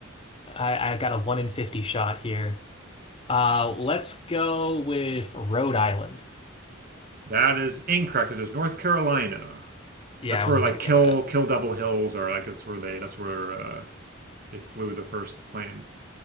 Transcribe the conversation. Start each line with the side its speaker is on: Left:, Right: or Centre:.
Left: I, I got a one in 50 shot here. Uh, let's go with Rhode Island.
Right: That is incorrect. It is North Carolina.
Left: Yeah,
Right: That's
Left: I
Right: where
Left: wasn't
Right: like
Left: gonna get
Right: Kill
Left: that.
Right: Kill Double Hills are. Like that's where they that's where uh, they flew the first plane,